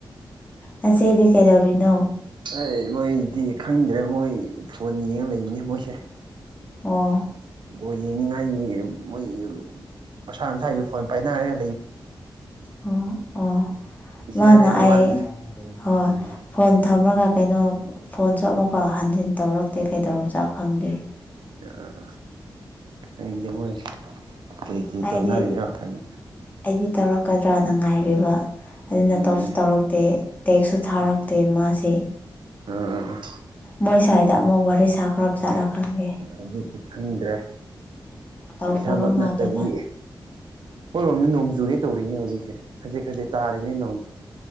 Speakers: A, on the left; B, on the right.
A: ꯅꯆꯦꯗꯤ ꯀꯩꯗꯧꯔꯤꯅꯣ꯫
B: ꯑꯩ ꯃꯣꯏꯗꯤ ꯈꯪꯗ꯭ꯔꯦ ꯃꯣꯏ ꯐꯣꯟ ꯌꯦꯡ ꯂꯩꯕꯅꯦ ꯃꯣꯏꯁꯦ꯫
A: ꯑꯣ꯫
B: ꯕꯣꯜ ꯌꯦꯡꯅꯤꯡꯉꯥꯏꯒꯤ ꯃꯣꯏꯒꯤ ꯃꯁꯥ ꯃꯁꯥꯒꯤ ꯐꯣꯟ ꯄꯥꯏꯅꯔꯦ꯫
A: ꯑꯣ ꯑꯣ
B: ꯏꯆꯦ
A: ꯃꯥꯅ
B: ꯍꯥꯏꯕ
A: ꯑꯩ
B: ꯋꯥꯅꯤ
A: ꯍꯣꯏ꯫ ꯐꯣꯟ ꯊꯝꯃꯒ ꯀꯩꯅꯣ ꯐꯣꯟꯁꯨ ꯑꯃꯨꯛꯀ ꯍꯟꯖꯤꯟ ꯇꯧꯔꯛꯇꯦ ꯀꯩꯗꯧꯔꯅ ꯖꯥꯠꯅꯣ ꯈꯪꯗꯦ꯫
B: ꯑꯥꯥ ꯈꯪꯗꯦ ꯃꯣꯏꯁꯦ ꯀꯩ ꯀꯩ
A: ꯑꯩꯗꯤ
B: ꯇꯧꯅꯔꯤꯔ ꯈꯪꯗꯦ
A: ꯑꯩꯗꯤ ꯇꯧꯔꯛꯀꯗ꯭ꯔꯥꯅ ꯉꯥꯏꯔꯤꯕ ꯑꯗꯨꯅ
B: ꯎꯝ
A: ꯇꯧꯁꯨ ꯇꯧꯔꯛꯇꯦ ꯇꯦꯛꯁꯁꯨ ꯊꯥꯔꯛꯇꯦ ꯃꯥꯁꯦ
B: ꯎꯝ ꯎꯝꯝ
A: ꯃꯣꯏ ꯁ꯭ꯋꯥꯏꯗ ꯑꯃꯨꯛ ꯋꯥꯔꯤ ꯁꯥꯈ꯭ꯔꯞ ꯖꯥꯠꯠꯂ ꯈꯪꯗ‌ꯦ
B: ꯑꯗꯨꯗꯤ ꯈꯪꯗ꯭ꯔꯦ
A: ꯇꯧꯈ꯭ꯔꯕ
B: ꯏꯁꯥꯃꯛ
A: ꯃꯥꯜꯂꯦꯗ
B: ꯅꯠꯇꯕꯒꯤ ꯍꯣꯏꯔꯣꯝꯗ ꯅꯣꯡꯖꯨꯒꯦ ꯇꯧꯔꯤꯅꯦ ꯍꯧꯖꯤꯛꯁꯦ ꯈꯖꯤꯛ ꯈꯖꯤꯛ ꯇꯥꯔꯤꯅꯦ ꯅꯣꯡꯁꯦ